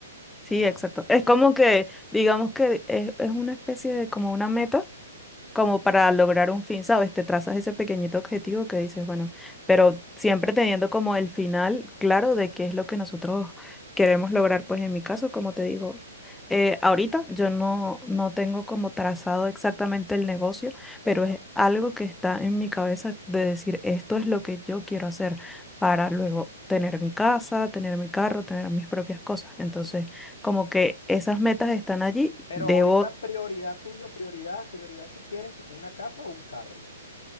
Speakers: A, on the left; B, in the centre.
A: Entonces
B: Sí, exacto.
A: es algo un poco
B: Es como
A: difícil.
B: que, digamos que es, es una especie de como una meta como para lograr un fin, ¿sabes? Te trazas ese pequeñito objetivo que dices, bueno, pero siempre teniendo como el final claro de qué es lo que nosotros queremos lograr, pues en mi caso, como te digo, eh, ahorita yo no, no tengo como trazado exactamente el negocio, pero es algo que está en mi cabeza de decir, esto es lo que yo quiero hacer para luego tener mi casa, tener mi carro, tener mis propias cosas. Entonces, como que esas metas están allí,
A: Pero
B: debo
A: ahorita prioridad tuyo, prioridad, prioridad ¿qué quieres? ¿Una casa o un carro?